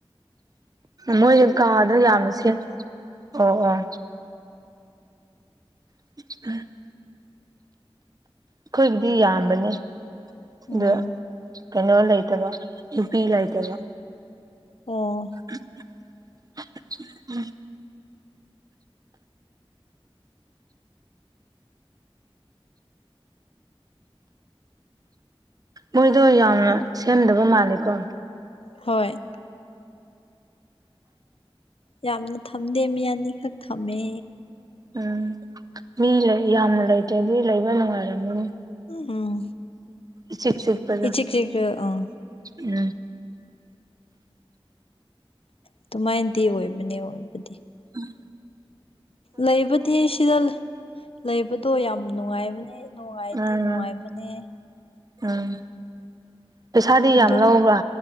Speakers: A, on the right; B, on the left.
A: ꯃꯣꯏꯁ ꯀꯥꯗ ꯌꯥꯝꯅ ꯁꯤꯞ ꯑꯣ ꯑꯣ <unintelligible> ꯑꯩꯈꯣꯏꯕꯨꯗꯤ ꯌꯥꯝꯕꯅꯦ ꯑꯗꯨ
B: ꯎꯝ
A: ꯀꯩꯅꯣ ꯂꯩꯇꯕ ꯅꯨꯄꯤ ꯂꯩꯇꯕ
B: ꯑꯣ
A: ꯎꯝ <inaudible> ꯃꯣꯏꯗꯣ ꯌꯥꯝꯅ ꯁꯦꯝꯗꯕ ꯃꯥꯜꯂꯦꯀꯣ
B: ꯍꯣꯏ ꯌꯥꯝꯅ ꯊꯝꯗꯦ ꯃꯤ ꯑꯅꯤꯈꯛ ꯊꯝꯃꯦ
A: ꯎꯝ ꯃꯤ ꯂꯩ ꯌꯥꯝꯅ ꯂꯩꯇꯔꯗꯤ ꯑꯗꯨ ꯂꯩꯕ ꯅꯨꯡꯉꯥꯏꯔꯝꯃꯔꯣꯢ
B: ꯎꯝ
A: ꯢꯆꯤꯛ ꯆꯤꯛꯕꯗꯣ
B: ꯏꯆꯤꯛ ꯆꯤꯛꯑ ꯑꯥ
A: ꯎꯝ
B: ꯑꯗꯨꯃꯥꯏꯅꯗꯤ ꯑꯣꯏꯕꯅꯦ ꯑꯣꯏꯕꯗꯤ
A: ꯎꯝ
B: ꯂꯩꯕꯗꯤ ꯁꯤꯗ ꯂꯩꯕꯗꯣ ꯌꯥꯝ ꯅꯨꯡꯉꯥꯏꯕꯅꯦ ꯅꯨꯡꯉꯥꯏꯗꯤ
A: ꯎꯝ
B: ꯅꯨꯡꯉꯥꯏꯕꯅꯦ
A: ꯎꯝ ꯄꯩꯁꯥꯗꯤ
B: ꯑꯗꯨꯝ
A: ꯌꯥꯝ ꯂꯧꯕ꯭ꯔꯥ